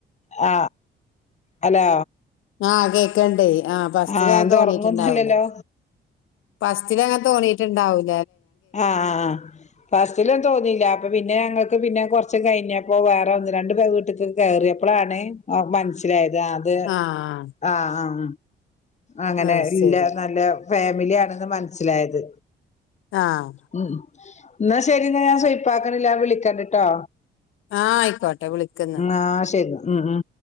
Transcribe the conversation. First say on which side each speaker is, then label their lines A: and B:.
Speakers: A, on the left (about 35°); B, on the left (about 85°).
A: ആ ഹലോ
B: ആഹ കേക്കണ്ടേ ആഹ ഫസ്റ്റിലങ്ങൻ
A: ആ എന്താ
B: തോന്നീയിട്ടുണ്ടാവൂല
A: ഉറങ്ങൊന്നുല്ലല്ലോ
B: ഫസ്റ്റിലങ്ങെ തോന്നീട്ട ണ്ടാവും
A: ആഹ് ആ ഫസ്റ്റിലന്ന തോന്നില്ല അപ്പൊ പിന്നെ ഞങ്ങൾക്ക് പിന്നെ കൊറ കുറച്ച കഴിഞ്ഞപ്പോ വേറെ ഒന്ന് രണ്ടു പേർ വീട്ടിലക്ക് കയറി എപ്പഴാണ് ആ മനസ്സിലായത് അത്
B: ആ
A: ആഹ ആഹ അങ്ങനെ
B: അത് ശരി
A: ഇല്ല നല്ല ഫാമി ഫാമിലിയ ആണെന്ന് മനസ്സിലായത്
B: ആഹ
A: ഉം എന്നാ ശരി എന്ന ഞാൻ സുയിപ്പാക്കണില്ല വിളിക്കണ്ടിട്ടോ
B: ആഹ ആയിക്കോട്ടെ വിളിക്കുന്നാ
A: ആ ആ ശെരി ഉം ഉ